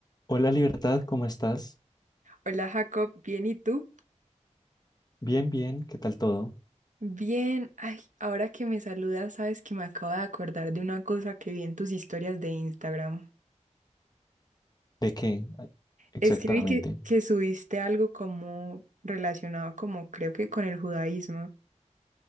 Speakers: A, on the left; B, on the right.
A: Hola Libertad, ¿cómo estás?
B: Hola Jacob, bien, ¿y tú?
A: Bien, bien, ¿qué tal todo?
B: Bien, ay, ahora que me saludas, sabes que me acabo de acordar de una cosa que vi en tus historias de Instagram.
A: ¿De qué ah, exactamente?
B: Es que vi que, que subiste algo como relacionado como creo que con el judaísmo.